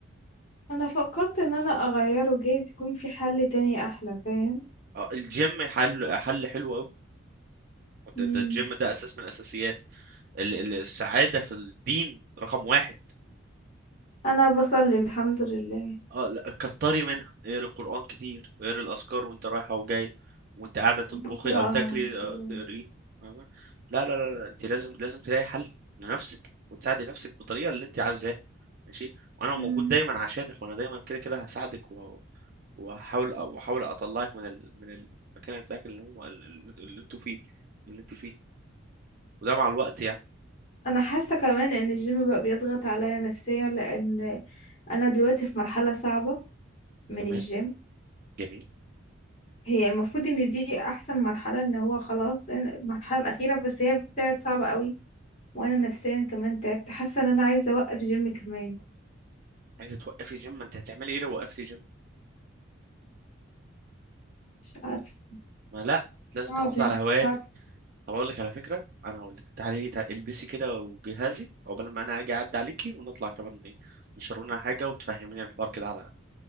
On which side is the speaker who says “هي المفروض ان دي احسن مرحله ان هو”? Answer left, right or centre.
Left